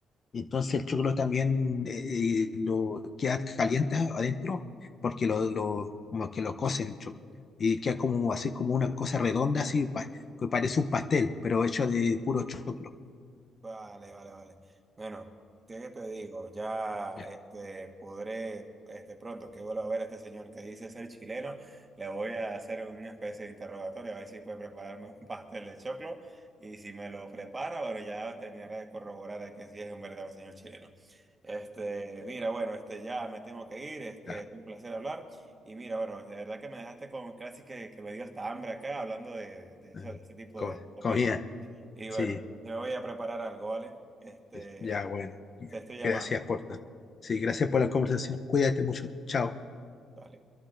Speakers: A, on the left; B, on the right.
A: Entonces el choclo también eh, eh, lo queda caliente adentro porque lo, lo- como que lo cocen el choclo. Y queda como así como una cosa redonda, así pa- que parece un pastel, pero hecho de puro choclo.
B: Vale, vale, vale. Bueno, ¿qué te digo? Ya
A: Ya,
B: este, podré, este, pronto que vuelva a ver a este señor que dice ser chileno, le voy a hacer una especie de interrogatorio a ver si puede prepararme un <laughs> pastel de choclo y si me lo prepara, bueno, ya terminaré de corroborar de que sí es un verdadero señor chileno. Este, mira, bueno, este, ya me tengo que ir, este,
A: ya,
B: fue un placer hablar y mira, bueno, de verdad que me dejaste con casi que, que me dio hasta hambre acá hablando de, de eso-
A: ah,
B: de ese tipo
A: co-
B: de comida.
A: Comida,
B: Y
A: sí,
B: bueno, yo me voy a preparar algo, ¿vale? Este,
A: sí, ya bueno.
B: te estoy llamando.
A: Gracias por todo. Sí, gracias por la conversación. Cuídate mucho. Chao.
B: Dale.